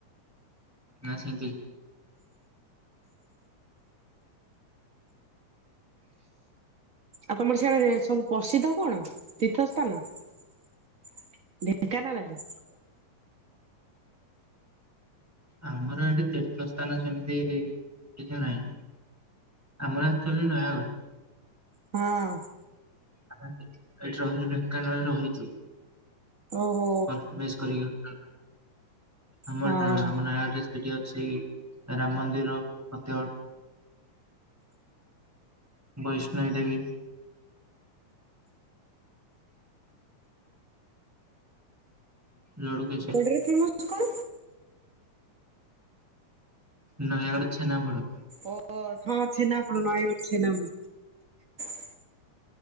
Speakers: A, in the centre; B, on the right.
A: ନା ସେନ୍ତୀ।
B: ଆଉ ତମର ସେଇଆରେ ସବୁ ପ୍ରସିଦ୍ଧ କଣ ତୀର୍ଥ ସ୍ଥାନ ଢେକାନାଳେ
A: ଆମର ଏଠି ତୀର୍ଥ ସ୍ଥାନ ସେମିତି କିଛି ନାହିଁ। ଆମର ଅକ୍ଚୁଲିରେ ନୟାଗଡ଼।
B: ହଁ।
A: ଆମେ ଏଠି ରହିଲେ ଢେଙ୍କାନାଳରେ ରହିଚି
B: ଓହୋ
A: <unintelligible> କରିକି। ଆମର
B: ହଁ।
A: ଗାଁ ଆମ ନାଆରେ ସେ ସେଇ ରାମ ମନ୍ଦିର ମଧ୍ୟ ବୈଷ୍ଣବ ଦେବୀ। ଲଡୁ କେଚିଆ
B: ନୟାଗଡ଼ରେ ଫେମସ କଣ?
A: ନାଇଁ ଇଆଡେ ଛେନା ପୋଡ଼
B: ଓହୋ ହଁ ଛେନା ପୋଡ଼ ନୟାଗଡ଼ ଛେନା ପୋଡ଼